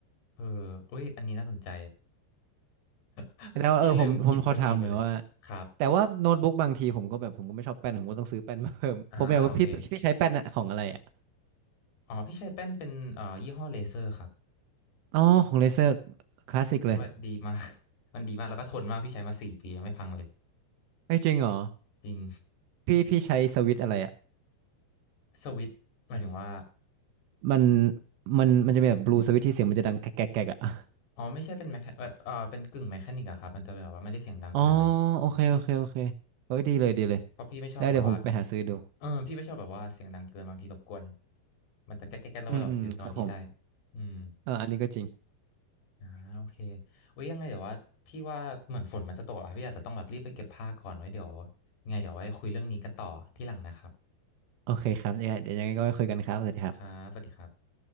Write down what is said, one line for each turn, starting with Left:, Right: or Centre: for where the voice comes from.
Left: เอออุ้ยอันนี้น่าสนใจ <laughs>
Right: แล้วเออผมผมขอถามหน่อยว่า
Left: พี่ลืมคิดเรื่องนี้ไปเลยครับ
Right: แต่ว่าโน้ตบุ๊กบางทีผมก็แบบผมก็ไม่ชอบแป้นผมก็ต้องซื้อแป้นมาเพิ่ม <laughs>
Left: อ่าโอเค
Right: ผมอยากว่าพี่พี่ใช้แป้นอะของอะไรอะ
Left: อ๋อพี่ใช้แป้นเป็นเอ่อยี่ห้อเลเซอร์ครับ
Right: อ๋อของเลเซอร์คลาสสิกเลย
Left: พี่ว่าดีมาก <laughs> มันดีมากแล้วก็ทนมากพี่ใช้มาสี่ปียังไม่พังเลย
Right: ไม่จริงเหรอ
Left: จริง
Right: พี่พี่ใช้สวิตช์อะไรอะ
Left: สวิตช์หมายถึงว่า
Right: มันมันมันจะเป็นแบบบลูสวิตช์ที่เสียงมันจะดังแกรกแกรกแกรกอะ <laughs>
Left: อ๋อไม่ใช่เป็นแมคเอ่อเอ่อเป็นกึ่งแมคานิกอะครับมันจะแบบว่าไม่ได้เสียงดังขนาดนั้น
Right: อ๋อโอเคโอเคโอเคเอ้ยดีเลยดีเลย
Left: เพราะพี่ไม่ชอบแบบว่า
Right: แล้วเดี๋ยวผมไปหาซื้อดู
Left: เออพี่ไม่ชอบแบบว่าเสียงดังเกินบางทีรบกวนมันจะแก๊กแก๊กแล้วก็แบบเสียสมาธิได้
Right: อืมอืมครับผม
Left: อืม
Right: เอออันนี้ก็จริง
Left: อ่าโอเคอุ้ยยังไงเดี๋ยวว่าพี่ว่าเหมือนฝนมันจะตกอะพี่อาจจะต้องแบบรีบไปเก็บผ้าก่อนไว้เดี๋ยวยังไงเดี๋ยวไว้คุยเรื่องนี้กันต่อที่หลังนะครับ
Right: โอเคครับเนี่ยังไงเดี๋ยวยังไงก็ไปคุยกันครับ สวัสดีครับ
Left: ครับสวัสดีครับ